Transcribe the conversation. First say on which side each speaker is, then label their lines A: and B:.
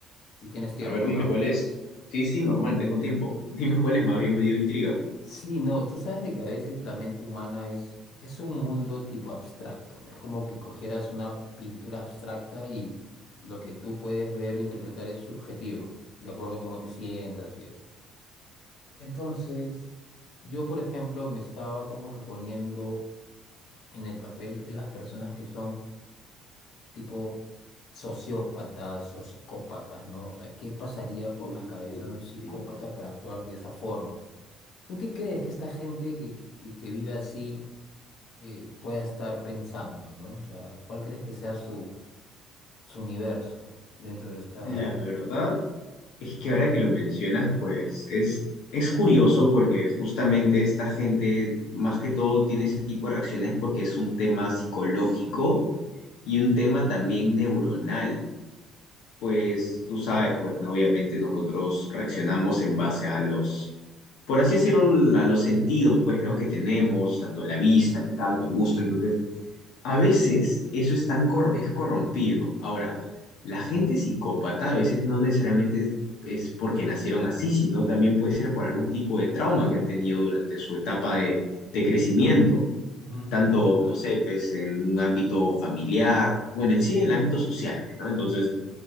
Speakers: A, on the left; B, on the left.
A: Si tienes tiempo,
B: A ver, dime
A: ¿no?
B: cuál es. Sí, sí, normal, tengo tiempo. Dime cuál es, más bien me dio intriga.
A: Sí, no, tú sabes de que a veces la mente humana es, es un mundo tipo abstracto, ¿no? Es como que cogieras una pintura abstracta y lo que tú puedes ver o interpretar es subjetivo, de acuerdo a cómo te sientas y eso. Entonces, yo por ejemplo me estaba como que poniendo en el papel de las personas que son tipo sociópatas o psicópatas, ¿no? O sea, ¿qué pasaría por
B: Uy,
A: la cabeza de un psicópata
B: sí.
A: para actuar de esa forma? ¿Tú qué crees que esta gente que, que, que- que vive así eh, pueda estar pensando, ¿no? O sea, ¿cuál crees que sea su, su universo dentro de esta...
B: La verdad es que ahora que lo mencionas, pues es, es curioso porque justamente esta gente más que todo tiene ese tipo de reacciones porque es un tema psicológico y un tema también neuronal. Pues tú sabes, pues ¿no? obviamente nosotros reaccionamos en base a los por así decirlo, a los sentidos, pues, ¿no? Que tenemos, tanto la vista, el tacto, el gusto. Entonces, a veces eso es tan cor- es corrompido. Ahora, la gente psicópata a veces no necesariamente es, es porque nacieron así, sino también puede ser por algún tipo de trauma que han tenido durante su etapa de, de crecimiento.
A: Ujú.
B: Tanto, no sé, pues, en un ámbito familiar, bueno, en sí, en el ámbito social, pues, ¿no? Entonces,